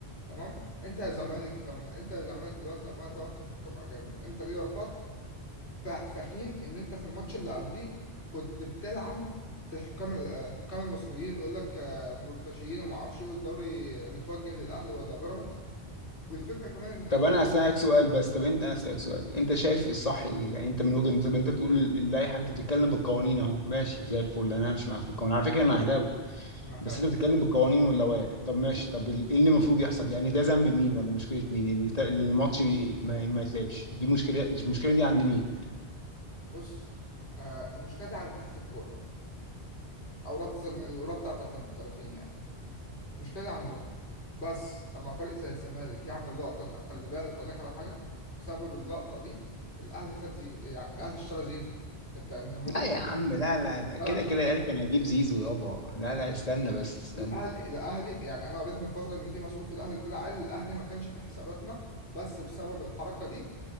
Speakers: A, on the left; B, on the left.
A: تمام انت يا زمالك لما انت يا زمالك دلوقتي لما طلبت حكام اجانب انت ليه رفضت ف- في حين ان انت في الماتش اللي قبليه كنت بتلعن في الحكام ال- آه، الحكام المصريين ويقول لك آه، مرتشيين وما اعرفش ايه والدوري متوجه للاهلي ولا بيراميدز والفكره كمان ان الماتش
B: طب انا اسالك سؤال بس طب انت انا اسالك سؤال انت شايف الصح ايه يعني انت من وجهه نظرك انت بتقول اللائحه انت بتتكلم بالقوانين اهو ماشي زي الفل انا همشي معاك في القوانين على فكره انا اهلاوي
A: ما انا فاهم
B: بس انت بتتكلم بالقوانين واللوائح طب ماشي طب ال- ايه اللي المفروض يحصل يعني ده ذنب مين ولا مشكله مين اللي الت- اللي الماتش ي- ما, ما يتلعبش دي مشكله المشكله دي عند مين
A: بص آه، المشكله دي عند اتحاد الكوره او رابطه الم- الرابطه بتاعت المحترفين يعني مشكلة عندهم بس لما فريق زي الزمالك يعمل لقطة زي- خلي بالك أقول لك على حاجة بسبب اللقطة دي الأهلي خد زي... يعني الأهلي اشترى زيزو أنت أنت مدرك؟
B: لا يا عم لا لا لا
A: لا
B: كده
A: لا
B: كده يعني كان هجيب زيزو يابا لا لا استنى بس استنى
A: الأهلي الأهلي يعني أنا قريت من فترة إن في مسؤول في الأهلي طلع قال الأهلي ما كانش في حساباتنا بس بسبب الحركة دي